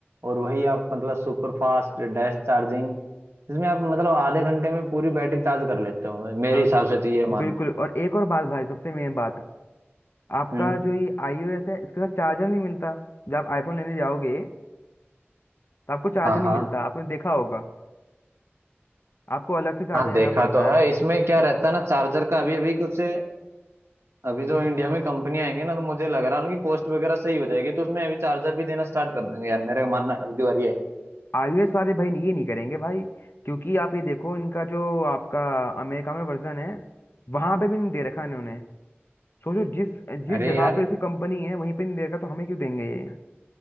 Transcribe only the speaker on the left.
हाँ
बिल्कुल और एक और बात भाई सबसे मेन बात आपका
जो ये आईओएस है इसके साथ चार्जर नहीं मिलता जब आप आईफोन लेने जाओगे तो आपको चार्जर
नहीं
मिलता आपने देखा होगा आपको अलग से चार्जर
लेना
पड़ता
है
आईओएस वाले भाई ये नहीं करेंगे भाई क्योंकि आप ये देखो इनका जो आपका अमेरिका में वर्जन है वहां पे भी नहीं दे रखा इन्होंने सोचो जिस जिस
जगह
पे उसकी कंपनी है वहीं पे नहीं देगा तो हमें क्यों देंगे ये